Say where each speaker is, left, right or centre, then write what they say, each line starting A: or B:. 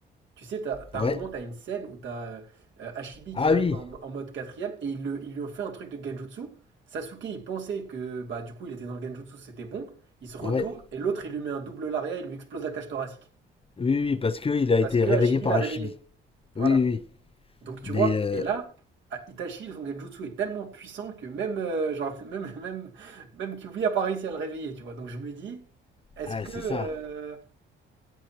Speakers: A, on the right; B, on the left.
A: tu sais, t'as, t'as
B: Ouais.
A: un moment, t'as une scène où t'as euh, euh, Hashibi
B: Ah
A: qui arrive
B: oui,
A: en, en mode quatrième et il, le- il lui ont fait un truc de Genjutsu. Sasuke, il pensait que, bah, du coup, il était dans le Genjutsu, c'était bon. Il se retourne
B: ouais.
A: et l'autre, il lui met un double lariat, il lui explose la cage thoracique.
B: Oui, oui, parce qu'il a
A: Parce
B: été
A: que
B: réveillé
A: Hashibi
B: par
A: l'a
B: Hachibi.
A: réveillé.
B: Oui,
A: Voilà.
B: oui, oui.
A: Donc tu
B: Mais,
A: vois,
B: euh,
A: et là, à Itachi, son genjutsu est tellement puissant que même, euh, <laughs> genre, même, même, même Kyuubi a pas réussi à le réveiller, tu vois. Donc je me dis, est-ce
B: ah,
A: que...
B: c'est
A: euh,
B: ça.